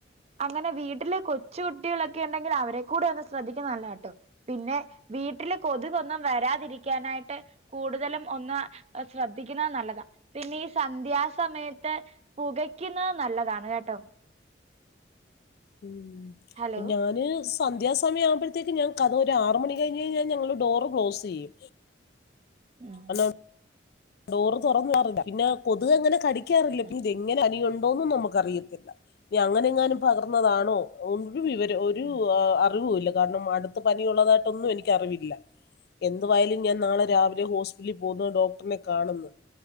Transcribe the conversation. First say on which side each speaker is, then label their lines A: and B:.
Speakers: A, on the right; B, on the left.
A: അങ്ങനെ വീട്ടില്, കൊച്ചു കുട്ടികളൊക്കെ, ഉണ്ടെങ്കില്, അവരെ ക്കൂടെ, ഒന്ന്, ശ്രദ്ധിക്കുന്നതല്ലതാട്ടോ, പിന്നെ വീട്ടില്, കൊതുകൊന്നും, വരാതിരിക്കാനായിട്ട്, കൂടുതലും, ഒന്ന്, ശ്രദ്ധിക്കുന്നത്, നല്ലതാ പിന്നെ ഈ, സന്ധ്യാസമയത്ത്, പുകയ്ക്കുന്നത് നല്ലതാണ്, കേട്ടോ.
B: ഉം,
A: ഹലോ
B: അപ്പം, ഞാന്, സ് സന്ധ്യാസമയം, ആവുമ്പോഴത്തേക്ക്, ഞാൻ, കഥവ്, ഒരു, ആറ് മണി, കഴിഞ്ഞ്, കഴിഞ്ഞാ, ഞങ്ങള്, ഡോറ്, ക്ലോസ്, ചെയ്യും.
A: ഉം
B: <unintelligible> ഡോറ്, തുറന്ന് <unintelligible> പിന്നെ, കൊതുക്, എങ്ങനെ കടിക്കാറില്ല,
A: ഉം
B: പി, തെങ്ങന, അനിയ ണ്ടോന്നും, നമുക്കറിയത്തില്ല, നി അങ്ങനെ, എങ്ങാനും, പകർന്നതാണോ ഒരു, വിവര, ഒരു,
A: ഉം
B: ആ, അറിവുല്ല, കാരണം, അടുത്ത പനിയുള്ളതായിട്ടൊന്നും, എനിക്ക്, അറിവില്ല. എന്തുവായാലും, ഞാൻ, നാളെ, രാവിലെ, ഹോസ്പിറ്റലിൽ, പോകുന്ന ഡോക്ടറിനെ, കാണുന്നു